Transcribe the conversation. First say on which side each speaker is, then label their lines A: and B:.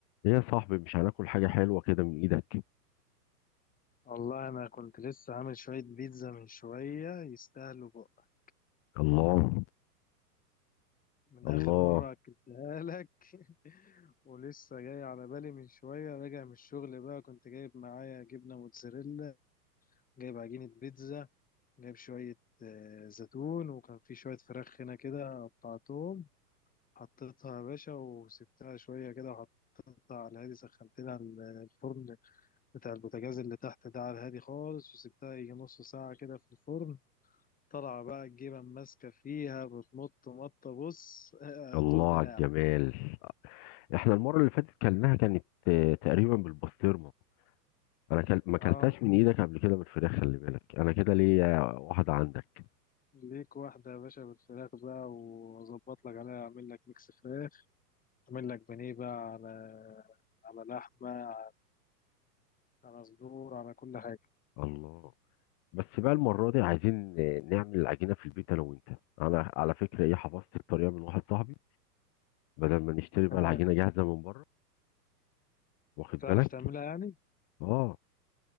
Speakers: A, on the left; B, on the left.
A: ايه يا صاحبي مش هناكل حاجة حلوة كده من ايدك
B: والله انا كنت لسه عامل شويه بيتزا من شويه يستاهلوا بقى
A: الله
B: من
A: الله
B: اخر مره اكلتها لك <laughs> ولسه جاي على بالي من شويه راجع من الشغل بقى كنت جايب معايا جبنه موتزاريلا جايب عجينه بيتزا جايب شويه آه، زيتون وكان في شويه فراخ هنا كده قطعتهم حطيتها يا باشا وسبتها شويه كده وحطيتها على الهادي سخنت لها الفرن بتاع البوتاجاز اللي تحت ده على الهادي خالص وسبتها يجي نص ساعه كده في الفرن طالعة بقى الجبن ماسكة فيها بتمط مطة بص آه،
A: الله
B: طول دراعك
A: على الجمال احنا المرة اللي فاتت كلناها كانت آه، تقريبا بالبسطرمة انا كل... ما كلتهاش
B: اه
A: من ايدك قبل كده بالفراخ خلي بالك انا كده ليا واحدة عندك
B: ليك واحدة يا باشا بالفراخ بقى وأظبط لك عليها أعمل لك ميكس فراخ أعمل لك بانيه بقى على على لحمة على صدور على كل حاجة
A: الله بس بقى المرة دي عايزين آه، نعمل العجينة في البيت انا وانت انا على فكرة ايه حفظت الطريقة من واحد صاحبي بدل ما نشتري بقى
B: آه.
A: العجينة جاهزة من بره واخد
B: هتعرف
A: بالك
B: تعملها يعني؟
A: اه